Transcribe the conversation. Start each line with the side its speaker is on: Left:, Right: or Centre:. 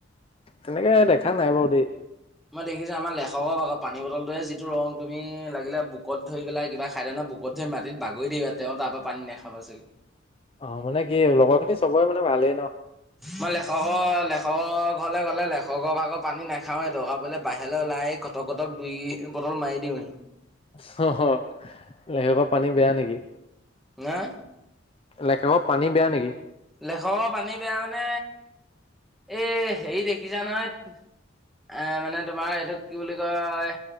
Left: তেনেকে দেখা নাই বাৰু দেই।
Centre: মই দেখিছোঁ আমাৰ লেখকক আকৌ পানী বটলটোৰ যিটো ৰং তুমি লাগিলে বুকোত ধৰি পেলাই কিবা খাই দিয়া নহ। <unintelligible> মাটিত বাগৰি দিবা তেওঁ তাৰ পৰা পানী নাখাবা চাগৈ।
Left: অ মানে কি লগৰ খিনি চবৰে মানে ভালেই নহ।
Centre: মই লেখকৰ লেখকৰ ঘৰলে গ'লে লেখকৰ ভাগৰ পানী নাখাওৱে দৰকাৰ পৰিলে বাহিৰলৈ ওলাই। আহি ঘটক ঘটক দুই বটল মাৰি দিওঁ হি।
Left: অহ অহ লেখকৰ পানী বেয়া নেকি।
Centre: না।
Left: লেখকৰ পানী বেয়া নেকি।
Centre: লেখকৰ পানী বেয়া মানে এই হেৰি দেখিছা নহয়। এ মানে তোমাৰ এইটোক কি বুলি কয়